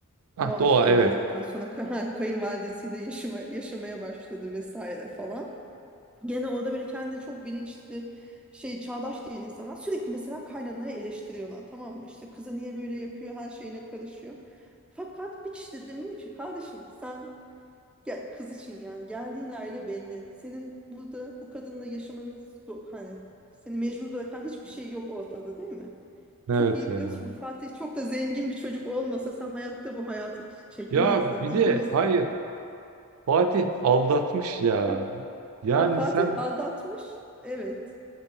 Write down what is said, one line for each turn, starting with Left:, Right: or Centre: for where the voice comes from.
Right: Ah
Centre: Doğa
Right: doğa
Centre: işte evlendikten
Right: evet.
Centre: sonra <laughs> kay- kayınvalidesiyle yaşama, yaşamaya başladı vesaire falan Gene orada böyle kendine çok bilinçli şey çağdaş diyen insanlar sürekli mesela kaynanayı eleştiriyorlar tamam mı? İşte kızı niye böyle yapıyor her şeyine karışıyor. Fakat bir kişi de demiyor ki kardeşim sen gel, kız için yani geldiğin aile belli. Senin burada bu kadınla yaşamanız zor- hani seni mecbur bırakan hiçbir şey yok ortada değil mi?
Right: Evet
Centre: Çok iyi
Right: ya.
Centre: biliyoruz ki bu Fatih çok da zengin bir çocuk olmasa sen hayatta bu hayatı ç- çekmezdin.
Right: Ya bir
Centre: İkincisi
Right: de hayır Fatih aldatmış ya.
Centre: <laughs>
Right: Yani
Centre: Ha, Fatih
Right: sen
Centre: aldatmış. Evet.